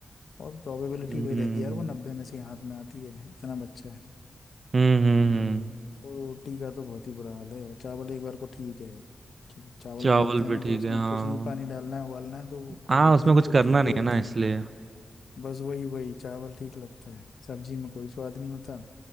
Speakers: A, on the left; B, on the right.
A: और प्रोबेबिलिटी
B: हम्म।
A: वही रहती है यार वो नब्बे में से ही हाथ में आती है इतना बच्चा है
B: हम्म हम्म हम्म।
A: और रोटी का तो बहुत ही बुरा हाल है चावल एक बार को ठीक है कि चावल
B: चावल
A: बनाते हैं
B: भी
A: ना
B: ठीक
A: तो उसमें
B: है हाँ
A: कुछ नहीं पानी डालना है उबालना है तो क्वालिटी
B: हाँ उसमें कुछ
A: तो
B: करना
A: ठीक
B: नहीं
A: ही रहती
B: है ना इसलिए
A: है बस वही वही चावल ठीक लगता है सब्जी में कोई स्वाद नहीं होता